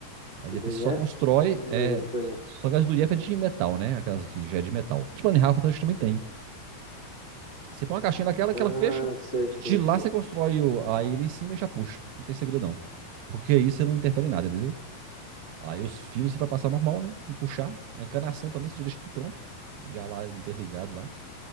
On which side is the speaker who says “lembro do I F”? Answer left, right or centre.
Left